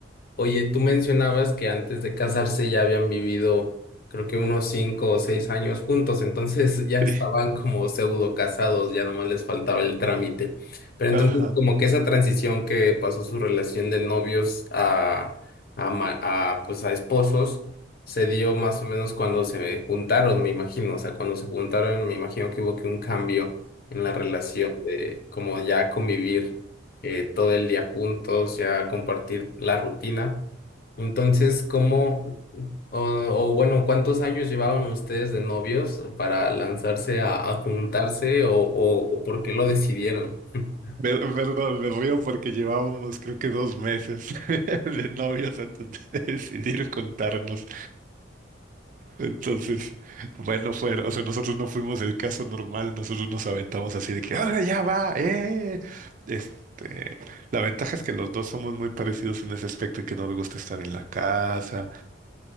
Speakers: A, on the left; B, on the right.
A: Oye, tú mencionabas que antes de casarse ya habían vivido, creo que unos cinco o seis años juntos, entonces <laughs> ya
B: Sí.
A: estaban como pseudo casados, ya nomás les faltaba el trámite. Pero entonces,
B: Ajá.
A: como que esa transición que pasó su relación de novios a, a, ma- a, pues a esposos se dio más o menos cuando se juntaron, me imagino. O sea, cuando se juntaron, me imagino que hubo que un cambio en la relación de como ya convivir eh, todo el día juntos, ya compartir la rutina. Entonces, ¿cómo, o, o bueno, cuántos años llevaban ustedes de novios para lanzarse a, a juntarse o, o, o por qué lo decidieron? <laughs>
B: Me, perdón, me río porque llevábamos creo que dos meses <laughs> de novios antes de <laughs> decidir contarnos. Entonces, bueno, fue, o sea, nosotros no fuimos el caso normal, nosotros nos aventamos así de que, ahora ya va, eh. Este, la ventaja es que los dos somos muy parecidos en ese aspecto y que nos gusta estar en la casa,